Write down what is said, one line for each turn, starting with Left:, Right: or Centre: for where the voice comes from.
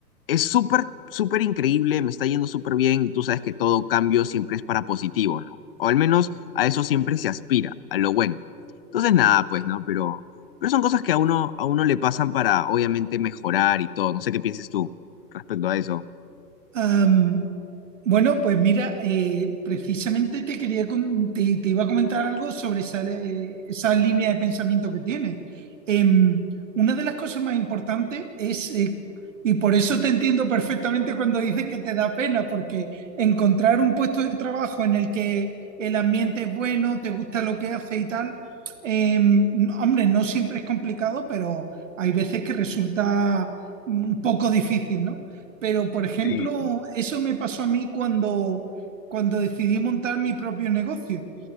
Left: es súper, súper increíble, me está yendo súper bien y tú sabes que todo cambio siempre es para positivo, ¿no? O al menos a eso siempre se aspira, a lo bueno. Entonces, nada, pues, ¿no? Pero... Pero son cosas que a uno, a uno le pasan para, obviamente, mejorar y todo. No sé qué pienses tú respecto a eso.
Right: Um, Bueno, pues mira, eh, precisamente te quería con- te, te iba a comentar algo sobre esa, eh, esa línea de pensamiento que tienes. Em, una de las cosas más importantes es, eh, y por eso te entiendo perfectamente cuando dices que te da pena, porque encontrar un puesto de trabajo en el que el ambiente es bueno, te gusta lo que hace y tal, em, no, hombre, no siempre es complicado, pero hay veces que resulta mm, un poco difícil, ¿no? Pero, por ejemplo,
Left: Sí.
Right: eso me pasó a mí cuando, cuando decidí montar mi propio negocio.